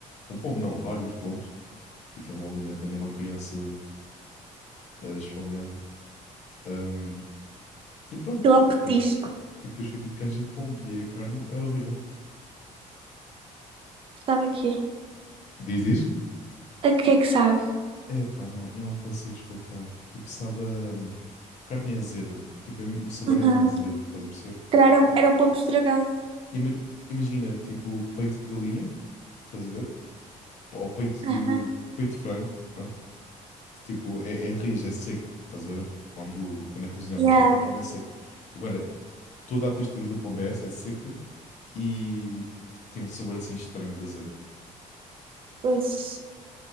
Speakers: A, on the left; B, on the right.
A: Um pombo, não, vários pombos, que aquilo não alimenta nenhuma criança uh, esfomeada. Um, e pronto,
B: Aquilo é um petisco.
A: depois, f- e depois foi tipo canja de pombo. E a carne é horrível.
B: Sabe o quê?
A: Diz isto?
B: A que é que sabe?
A: É pá, não, não te consigo explicar. Tipo, sabe, a carne é azeda. Tipo, é me- o sabor
B: Uhum.
A: é mesmo azedo, estás a perceber?
B: Se calhar era um,
A: I-
B: era um pombo estragado.
A: Ima- Imagina, tipo, peito de galinha, estás a ver? Ou peito
B: Uhum.
A: de, peito de frango, pronto. Tipo, é, é rijo, é seco, estás a ver? Quando, quando é cozinhado
B: Yeah.
A: de uma certa forma é seco. Agora, toda a textura do pombo é essa, é seca e tem um sabor assim estranho de azedo.
B: Pois.